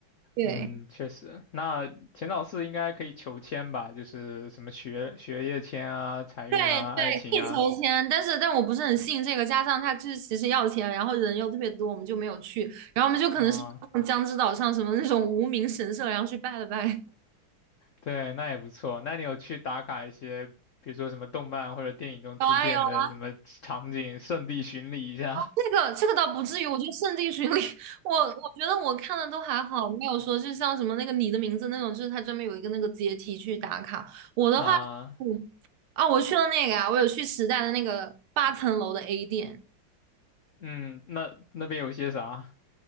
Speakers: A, on the right; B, on the left.
A: 对。
B: 嗯，确实，那钱老师应该可以求签吧？就是什么学学业签啊、财运啊、
A: 对对，
B: 爱情啊
A: 可以求签，但是但我不是很信这个，加上他就是其实要钱，然后人又特别多，我们就没有去，然后我们就可能是到江之岛上什么那种无名神社，
B: 啊，
A: 然后去拜了拜。
B: 对，那也不错。那你有去打卡一些，比如说什么动漫或者电影中出现的什么场景，
A: 有啊有啊，
B: 圣地巡礼一下
A: 这个这个倒不至于，我觉得圣地巡礼，我我觉得我看的都还好，没有说就像什么那个你的名字那种，就是他专门有一个那个阶梯去打卡。我的话，
B: <laughs> 啊？
A: 嗯，啊，我去了那个啊，我有去时代的那个八层楼的 A 店。
B: 嗯，那那边有些啥